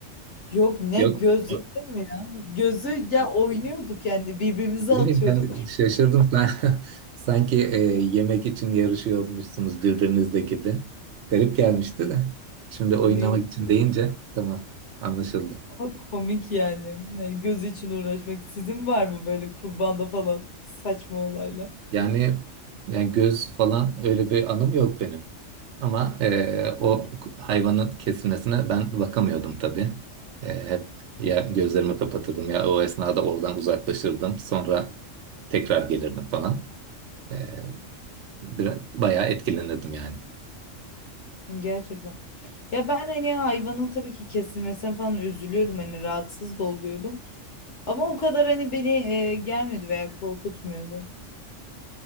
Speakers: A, on the left; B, on the right.
A: Yok ne
B: Yok.
A: göz
B: o-
A: yedin mi ya? Gözü ya oynuyorduk yani birbirimize
B: Ne
A: atıyorduk.
B: bileyim ben de şaşırdım. <laughs> Ben Sanki e, yemek için yarışıyor olmuşsunuz birbirinizle gibi. Garip gelmişti de. Şimdi oynamak
A: Hani, Yok,
B: için deyince tamam anlaşıldı.
A: çok komik yani. Yani göz için uğraşmak. Sizin var mı böyle kurbanda falan saçma olaylar?
B: Yani yani göz falan öyle bir anım yok benim. Ama e, o hayvanın kesilmesine ben bakamıyordum tabii. E, hep ya gözlerimi kapatırdım ya o esnada oradan uzaklaşırdım. Sonra tekrar gelirdim falan. E, Biraz, bayağı etkilenirdim yani.
A: Gerçekten. Ya ben hani hayvanın tabii ki kesilmesine falan üzülüyordum hani rahatsız da oluyordum. Ama o kadar hani beni e, gelmedi veya korkutmuyordu.